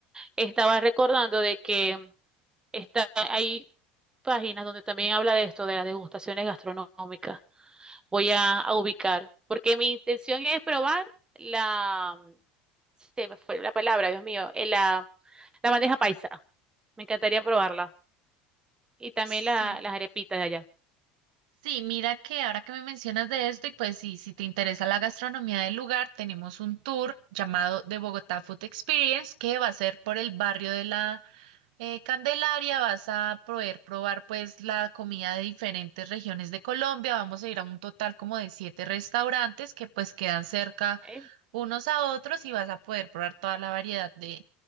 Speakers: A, on the right (about 20°); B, on the right (about 70°).
A: Estaba recordando de que mm, está, hay páginas donde también habla de esto, de las degustaciones gastronómicas. voy a, a ubicar, porque mi intención es probar la, se me fue la palabra, Dios mío, eh, la, la bandeja paisa. Me encantaría probarla. Y también
B: Sí.
A: la- las arepitas de allá.
B: Sí, mira que ahora que me mencionas de esto, y pues sí, si te interesa la gastronomía del lugar, tenemos un tour llamado The Bogotá Food Experience que va a ser por el barrio de la Eh, Candelaria, vas a poder probar pues la comida de diferentes regiones de Colombia. Vamos a ir a un total como de siete restaurantes que pues quedan cerca
A: Eh,
B: unos a otros y vas a poder probar toda la variedad de,